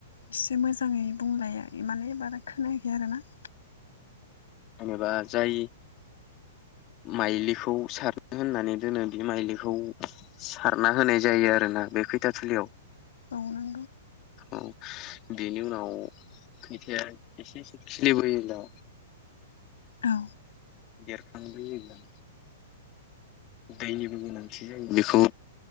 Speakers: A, on the left; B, on the left.
A: एसे मोजाङै बुंलाय माने बारा खोनायाखै आरो ना
B: जेनेबा जाय माइलिखौ सारनो होननानै दोनो बे माइलिखौ सारना होनाय जायो आरो ना बे खैथा थिलियाव
A: औ नंगौ
B: औ बेनि उनाव खैथाया एसे एसे खिलिबोयो ना
A: औ
B: देरखांबोयोब्ला दैनिबो गोनांथि जायो बेखौ